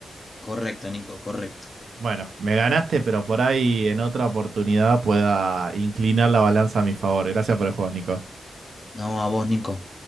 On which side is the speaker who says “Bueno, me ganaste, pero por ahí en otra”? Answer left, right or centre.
Right